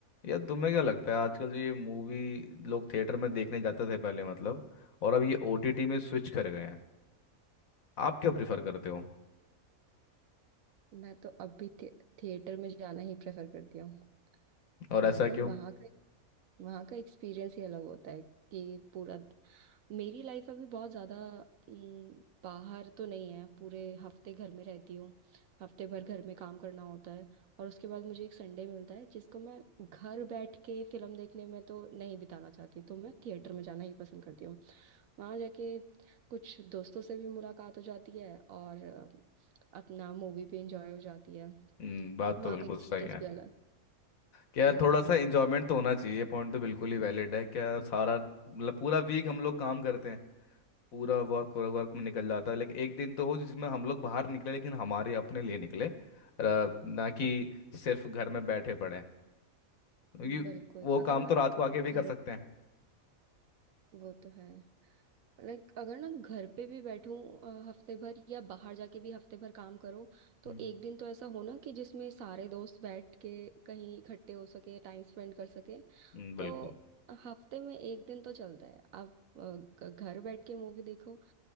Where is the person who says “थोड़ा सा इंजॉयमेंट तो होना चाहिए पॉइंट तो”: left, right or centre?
Left